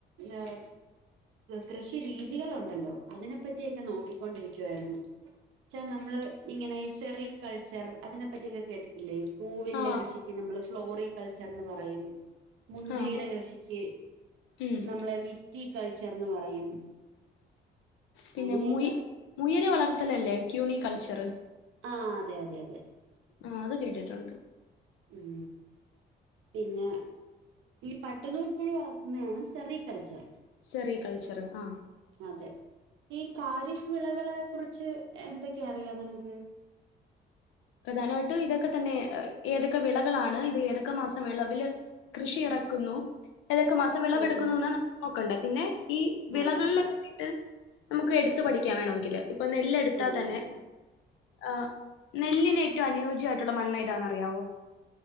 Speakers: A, on the right; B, on the left.
A: ഏഹ്. കൃഷി രീതികൾ ഉണ്ടല്ലോ അതിനെ പറ്റിയൊക്കെ നോക്കിക്കൊണ്ടിരിക്കുവായിരുന്നു പക്ഷേ നമ്മള് ഇങ്ങനെ സെറി കൾച്ചർ അതിനെപ്പറ്റിയൊക്കെ കേട്ടിട്ടില്ലേ പൂവിന്റെ
B: ആഹ്
A: കൃഷിക്ക് നമ്മള് ഫ്ലോറികൾച്ചർന്ന് പറയും മുന്തിരിയുടെ
B: ആഹ്
A: കൃഷിക്ക്.
B: ഉം
A: നമ്മള് വിറ്റി കൾച്ചർന്ന് പറയും
B: പിന്നെ
A: അങ്ങനെയൊക്കെ
B: മു മുയല് വളർത്തലല്ലേ ക്യൂണി കൾച്ചർ.
A: ആഹ് അതെ അതെ
B: ആഹ് അത് കേട്ടിട്ടുണ്ട്
A: ഉം പിന്നെ ഈ പട്ടനൂൽ പുഴു വളർത്തുന്നതാണ് സെറി കൾച്ചർ.
B: സെറി കൾച്ചർ ആഹ്.
A: അതെ ഈ ഖാരിഫ് വിളവുകളെ കുറിച്ച് എന്തൊക്കെയാ അറിയാം നിനക്ക്.
B: പ്രധാനമായിട്ടും ഇതൊക്കെ തന്നെ ഏതൊക്കെ വിളകളാണ്, ഇത് ഏതൊക്കെ മാസം വിളവില്. കൃഷിയിറക്കുന്നു ഏതൊക്കെ മാസം വിളവെടുക്കുന്നുന്ന്
A: ഓ ഓ
B: നമ്മക്ക് നോക്കണ്ടേ പിന്നെ ഈ വിളകളിലെ
A: ആണല്ലേ
B: പറ്റി ട്ട് നമുക്ക് എടുത്ത് പഠിക്കാൻ വേണമെങ്കില്, ഇപ്പൊ നെല്ലെടുത്താൽ
A: ആണല്ലേ
B: തന്നെ ആഹ്. നെല്ലിനേറ്റവും അനുയോജ്യമായിട്ടുള്ള മണ്ണ് ഏതാന്ന് അറിയാവോ?